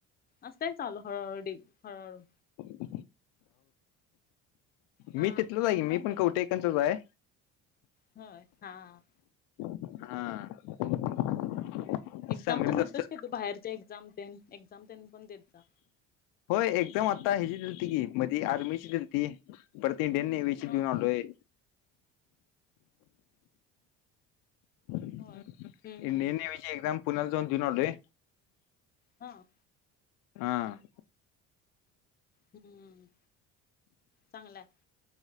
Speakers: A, on the left (about 30°); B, on the left (about 80°).
A: असतय ना चालू हळूहळ डिग हळूहळू.
B: <unintelligible>
A: हा
B: मी तिथलंच हाय
A: एवढं
B: की, मी
A: नाही
B: पण
A: करत
B: कवठे एकंदचाच हाय.
A: होय, हा.
B: हा.
A: एक्झाम
B: सांगलीत
A: तेन देतोस
B: असतोय
A: काय तू बाहेरच्या एक्झाम तेन? एक्झाम तेन पण देत जा.
B: होय, एक्झाम आता ह्याची दिलती की, मध्ये आर्मीची दिलती. परत इंडियन नेवीची देऊन
A: हा
B: आलोय. <unintelligible>
A: होय
B: इंडियन
A: हम्म
B: नेव्हीची एक्झाम पुण्याला जाऊन देऊन आलोय
A: हां.
B: हा.
A: हम्म चांगलाय.